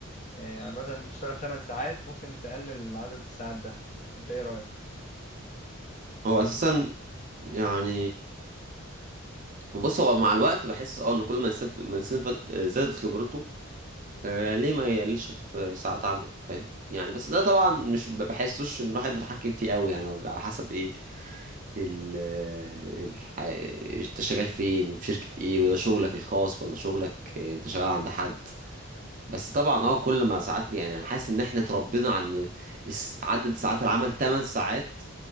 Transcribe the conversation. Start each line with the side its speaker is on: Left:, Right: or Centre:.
Left: آه، يعني مثلا تشتغل 8 ساعات ممكن تقلل عدد الساعات ده انت ايه رايك
Right: هو اساسا يعني بص هو مع الوقت بحس اه ان كل ما انسان ما انسان ف- زادت خبرته آه ليه ما يقللش في ساعات عمل فاهم يعني بس ده طبعا مش ب- بحسوش ان الواحد متحكم فيه قوي يعني هو بيبقى على حسب ايه ال الح... انت شغال فين وفي شركة ايه وده شغلك الخاص ولا شغلك آه، انت شغال عند حد بس طبعا اه كل ما ساعات يعني انا حاسس ان احنا اتربينا عن الس- عدد ساعات العمل 8 ساعات